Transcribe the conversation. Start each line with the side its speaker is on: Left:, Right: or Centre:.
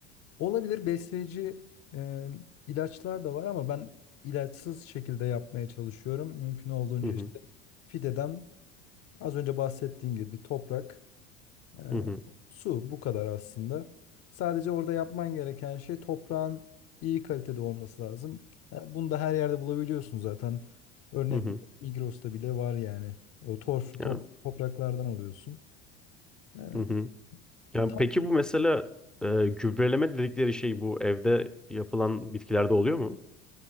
Left: Olabilir besleyici e, ilaçlar da var ama ben ilaçsız şekilde yapmaya çalışıyorum. Mümkün olduğunca
Centre: Hı hı,
Left: işte fideden az önce bahsettiğim gibi toprak Ee,
Centre: hı hı,
Left: su bu kadar aslında. Sadece orada yapman gereken şey toprağın iyi kalitede olması lazım. Yani bunu da her yerde bulabiliyorsun zaten. Örnek
Centre: hı hı.
Left: Migros'ta bile var yani. O torf,
Centre: Yani,
Left: top, topraklardan alıyorsun. Ee,
Centre: hı hı. Yani
Left: tam
Centre: peki bu mesela e, gübreleme dedikleri şey bu evde yapılan bitkilerde oluyor mu?